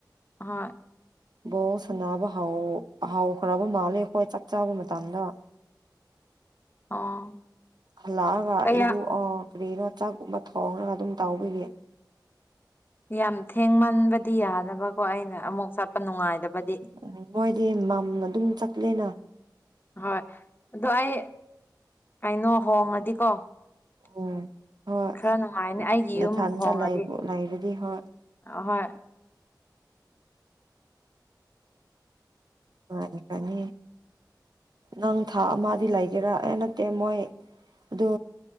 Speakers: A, on the left; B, on the right.
A: ꯍꯣꯏ
B: ꯕꯣ ꯁꯅꯥꯕꯥꯎꯍꯥꯎ ꯈ꯭ꯔꯕ ꯃꯥꯜꯂꯦ ꯑꯩꯈꯣꯏ ꯆꯥꯛ ꯆꯥꯕ ꯃꯇꯝꯗ
A: <unintelligible> ꯑꯣ
B: ꯑꯂꯒ
A: ꯀꯌꯥ
B: ꯏꯗꯨ ꯑ ꯀꯀ꯭ꯔꯤꯅꯣ ꯆꯥꯛꯀꯨꯝꯕ ꯊꯣꯡꯉꯒ ꯑꯗꯨꯝ ꯇꯧꯕꯕꯒꯤ
A: ꯌꯥꯝ ꯊꯦꯡꯃꯟꯕꯗꯤ ꯌꯥꯗꯕ ꯀꯣ ꯑꯩꯅ ꯑꯃꯨꯛ ꯆꯠꯄ ꯅꯨꯡꯉꯥꯏꯗꯕꯗꯤ
B: ꯎꯝ ꯃꯣꯏꯗꯤ ꯃꯝꯅ ꯑꯗꯨꯝ ꯆꯠꯂꯦꯅ
A: ꯍꯣꯏ ꯑꯣ ꯑꯩ ꯀꯩꯅꯣ ꯍꯣꯡꯉꯗꯤꯀꯣ <unintelligible>
B: ꯎꯝ ꯍꯣꯏ
A: ꯈꯔ ꯅꯨꯡꯉꯥꯏꯅꯤ ꯑꯩꯒꯤ
B: ꯅꯊꯟꯇ
A: ꯌꯨꯝ ꯍꯣꯡꯉꯗꯤ
B: ꯂꯩꯕꯨ ꯂꯩꯔꯗꯤ ꯍꯣꯏ
A: ꯑꯍꯣꯏ
B: ꯍ ꯀꯅꯤ ꯅꯪ ꯊꯥ ꯑꯃꯗꯤ ꯂꯩꯒꯦꯔꯥ ꯑꯦ ꯅꯠꯇꯦ ꯃꯣꯏ ꯑꯗꯨ